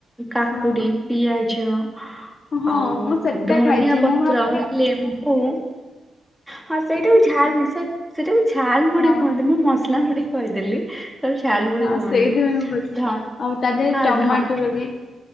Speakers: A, in the centre; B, on the left.
A: କାକୁଡି
B: ହଁ
A: ପିଆଜ
B: ହଁ
A: ଆଉ
B: ମୁଁ ସେଟା
A: ଧଣିଆ
B: ଖାଇଛି
A: ପତ୍ର
B: ମୁଁ ଭାବିଲି କି
A: ଲେମ୍ବୁ ହଁ ସେଇଟା ମୁ ଝାଲ ମୁଢ ସେଇଟା ମୁଁ ଝାଲ ମୁଢି
B: ହଁ
A: କୁହନ୍ତି ମୁଁ ମସଲା ମୁଢି କହିଦେଲି। ତାକୁ ଝାଲ ମୁଢି
B: ହଁ
A: କୁହନ୍ତି
B: ସେଇଥିପାଇଁ ମୁଁ ପଚାରିଲି
A: ଧନ୍
B: ଆଉ ତା ଦେହରେ
A: ହଁ
B: ଟମାଟର
A: ଧନ୍
B: ବି